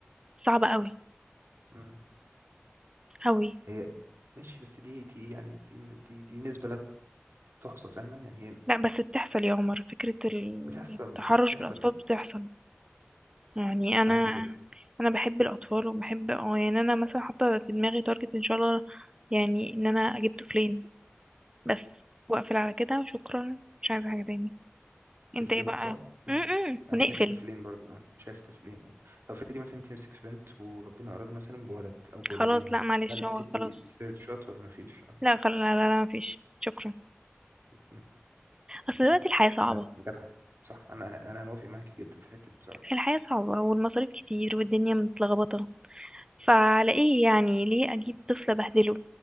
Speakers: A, on the right; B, on the right.
A: صعبه قوي
B: امم
A: قوي
B: هي ماشي بس دي دي يعني دي دي دي نسبه لا تحصى فاهمه يعني هي
A: لا بس بتحصل يا عمر فكره التحرش
B: بتحصل بتحصل
A: بالاطفال بتحصل يعني انا
B: معاكي جدا
A: انا بحب الاطفال وبحب اه يعني انا مثلا حاطه في دماغي تارجت ان شاء الله يعني ان انا اجيب طفلين بس واقفل على كده وشكرا مش عايزه حاجه تاني انت
B: طفلين
A: ايه بقى
B: صح؟ مم.
A: م -م.
B: انا
A: ونقفل
B: شايف طفلين برضه أنا شايف طفلين اه طب افرضي مثلا انت نفسك في بنت وربنا اراد مثلا بولد او بولدين
A: خلاص
B: يعني
A: لا معلش
B: هل
A: هو
B: تدي
A: خلاص
B: ثيرد شوت ولا مفيش اه
A: لا خلاص لا لا, لا مفيش شكرا
B: مم.
A: اصل
B: تمام
A: دلوقتي الحياة صعبة
B: آه، جدع صح انا انا موافق معاكي جدا في الحته دي بصراحه
A: الحياة صعبة والمصاريف كتير والدنيا متلخبطة فعلى ايه يعني ليه اجيب طفل ابهدله